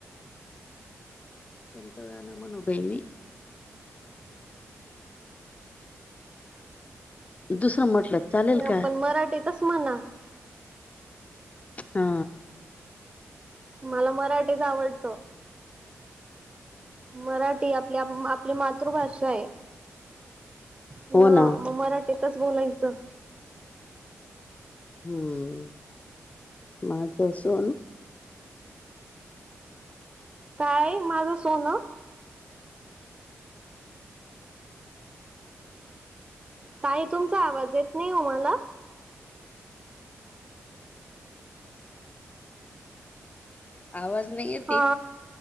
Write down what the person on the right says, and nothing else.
आ
पण मराठीतच म्हणा.
मला मराठीच आवडतं. मराठी आपली आपली मातृभाषा ये. हन
मग मराठीतच बोलायचं.
काय, माझं सोनं? ताई तुमचा आवाज येत नाही ओ मला.
हा